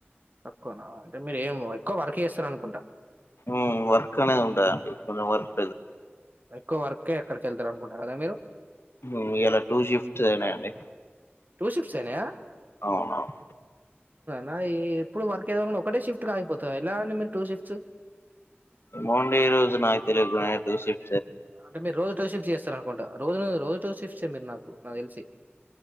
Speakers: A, on the right; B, on the left.
A: తక్కువనా అంటే మీరు ఏం ఎక్కువ వర్క్ చేస్తారు అనుకుంటా
B: మ్ వర్క్ అనేది ఉంటదండి కొం వర్క్
A: క్ వర్కే అక్కడ యెళ్తరనుకుంట గదా మీరు.
B: ఉమ్ ఇయాల టూ షిఫ్ట్స్ అయ్నయండి
A: టూ షిఫ్ట్స్ ఏనా
B: ఔనవ్న్.
A: నా ఏ ఎప్పుడు వర్క్ ఏదన్న ఒకటే షిఫ్ట్ కాగిపోతదా అన్న ఎనా అన్న మీది టూ షిఫ్ట్స్.
B: మార్నింగ్ ఈ రోజు నాక్ తెలీదు నాకు టూ షిఫ్ట్.
A: అంటే మీరు రోజు టూ షిఫ్ట్స్ చేస్తారనుకుంటా రోజు రోజు టూ షిఫ్ట్స్ ఎ మీరు నాకు తెలిసి